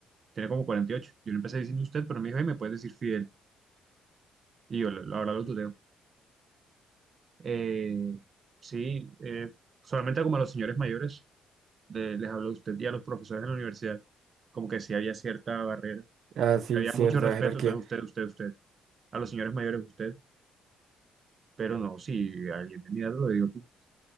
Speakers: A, on the right; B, on the right.
A: tiene como cuarenta y ocho Yo le empecé diciendo usted, pero me dijo, "Ay, me puedes decir Fidel. Y yo, la verdad, lo tuteo. Eh, sí, eh, solamente como a los señores mayores le- les hablo a usted y a los profesores en la universidad, como que sí había cierta barrera
B: Ah, sí,
A: Y había
B: cierta
A: mucho respeto,
B: jerarquía.
A: entonces usted, usted, usted, a los señores mayores usted, pero no, si alguien de mi edad lo digo tú.